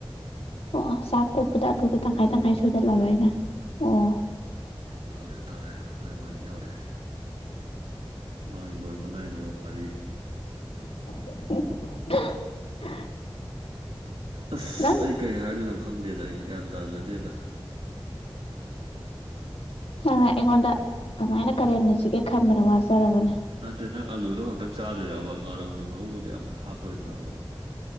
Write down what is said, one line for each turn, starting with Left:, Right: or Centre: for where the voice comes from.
Left: ꯑꯣ ꯆꯥꯛ ꯀꯣꯠꯄꯗ ꯑꯥꯂꯨꯗꯣ ꯇꯪꯈꯥꯏ ꯇꯪꯈꯥꯏ ꯁꯣꯏꯗꯠꯂꯕ ꯑꯩꯅ ꯑꯣ꯫
Right: ꯇꯧꯔꯛꯑꯦ ꯇꯧꯔꯦ ꯃꯥꯏ ꯋꯥꯔꯤꯁꯦ ꯍꯧꯔꯛꯑꯦ ꯃꯥꯒꯤ ꯂꯣꯏꯕ ꯅꯥꯏꯗ꯭ꯔꯕ ꯋꯥꯔꯤ꯫
Left: <inaudible>
Right: ꯑꯁ
Left: ꯅꯪ
Right: ꯑꯩ ꯀꯩ ꯍꯥꯏꯗꯣꯏꯅꯣ ꯈꯪꯗꯦꯗ ꯑꯩ ꯒ꯭ꯌꯥꯟ ꯇꯥꯖꯗꯦꯗ
Left: ꯅꯪꯅ ꯑꯩꯉꯣꯟꯗ ꯀꯃꯥꯏꯅ ꯀꯔꯦꯝꯅꯁꯤꯒꯦ ꯈꯟꯕꯗ ꯋꯥꯖꯔꯕꯅꯤ
Right: ꯅꯠꯇꯦ ꯅꯪ ꯑꯂꯨꯗꯣ ꯈꯛꯇꯪ ꯆꯥꯗꯣꯏꯔꯕ ꯉꯥꯔꯧ ꯅꯨꯡꯔꯧꯒꯗꯤ ꯑꯝ ꯍꯥꯞꯄꯔꯣꯏꯗ꯭ꯔꯕ